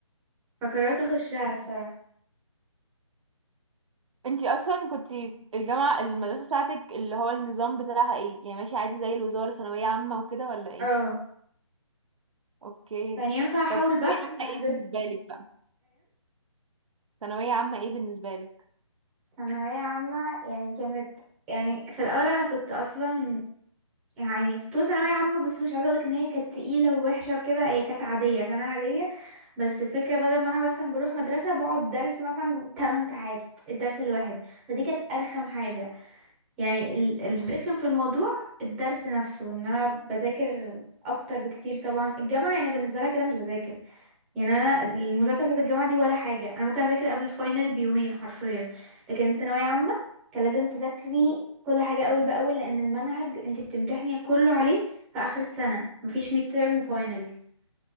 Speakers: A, in the centre; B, on the right.
A: فقررت اخشها
B: م.
A: الصراحه
B: انتي اصلا كنتي الجامعه المدرسه بتاعتك اللي هو النظام بتاعها ايه يعني ماشي عادي زي الوزاره ثانويه عامه وكده ولا ايه
A: اه
B: اوكي
A: كان ينفع احاول
B: طب ثانويه
A: باك
B: عامه
A: صاحبتي
B: ايه بالنسبه لك بقى ثانويه عامه ايه بالنسبه لك
A: ثانوية عامة يعني كانت يعني في الأول أنا كنت أصلا يعني طول ثانوية عامة بس مش عايزة أقولك إن هي كانت تقيلة ووحشة وكده هي كانت عادية سنة عادية بس الفكرة بدل ما أنا مثلا بروح مدرسة بقعد درس مثلا 8 ساعات الدرس الواحد فدي كانت أرخم حاجة يعني ال- الرخم في الموضوع الدرس نفسه إن أنا بذاكر أكتر بكتير طبعا الجامعة يعني بالنسبة لها كده مش بذاكر يعني انا المذاكره بتاعت الجامعه دي ولا حاجه انا ممكن اذاكر قبل الفاينل بيومين حرفيا لكن ثانويه عامه كان لازم تذاكري كل حاجه اول باول لان المنهج انت بتمتحني كله عليه في اخر السنه مفيش ميد تيرم وفاينلز
B: م